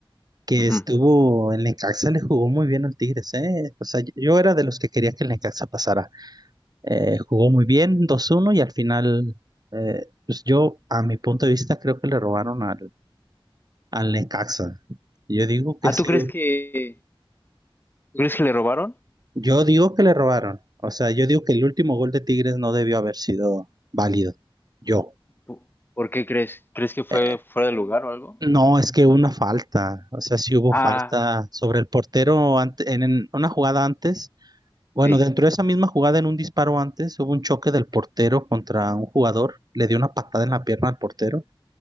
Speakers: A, on the right; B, on the left.
A: que
B: Ujú.
A: estuvo, el Necaxa le jugó muy bien al Tigres, ¿eh? O sea, yo yo era de los que quería que el Necaxa pasara. Eh, jugó muy bien, dos uno y al final, eh, pues yo, a mi punto de vista, creo que le robaron al, al Necaxa. Yo digo que
B: Ah,
A: ese,
B: ¿tú crees que, tú crees que le robaron?
A: Yo digo que le robaron. O sea, yo digo que el último gol de Tigres no debió haber sido válido. Yo.
B: ¿Po- ¿Por qué crees? ¿Crees que fue
A: Eh,
B: fuera de lugar o algo?
A: no, es que hubo una falta. O sea, sí hubo
B: Ah,
A: falta sobre el portero ante- en, en una jugada antes. Bueno,
B: sí.
A: dentro de esa misma jugada, en un disparo antes, hubo un choque del portero contra un jugador. Le dio una patada en la pierna al portero.